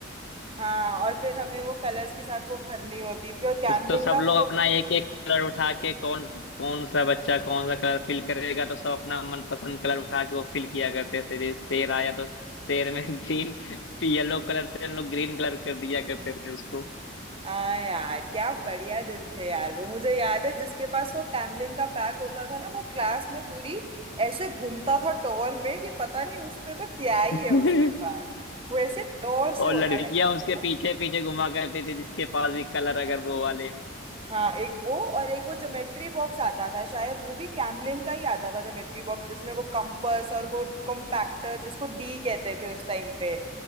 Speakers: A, on the right; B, on the left.
A: हाँ और फिर हमें वो कलर्स के साथ वो भरनी होती थी और कैमलिन
B: तो तो सब
A: का
B: लोग
A: वो
B: अपना एक एक कलर उठा के कौन कौन सा बच्चा कौन सा कलर फिल करेगा तो सब अपना मनपसंद कलर उठा के वो फिल किया करते थे जैसे शेर आया तो शेर में <laughs> ग्रीन येलो कलर से हम लोग ग्रीन कलर कर दिया करते थे उसको
A: हाँ यार क्या बढ़िया दिन थे यार वो मुझे याद है जिसके पास वो कैमलिन का पैक होता था ना वो क्लास में पूरी ऐसे घूमता था टॉर में कि पता नहीं उसने तो क्या ही
B: <laughs>
A: है उसके पास वो ऐसे टॉर से
B: और
A: होता
B: लड़कियां
A: था एक
B: उसके
A: वो
B: पीछे पीछे घुमा करती थी जिसके पास भी कलर अगर वो वाले हो
A: हाँ एक वो और एक वो ज्योमेट्री बॉक्स आता था शायद वो भी कैमलिन का ही आता था ज्योमेट्री बॉक्स जिसमें वो कंपास और वो कॉम्पैक्टर जिसको डी कहते थे उस टाइम पे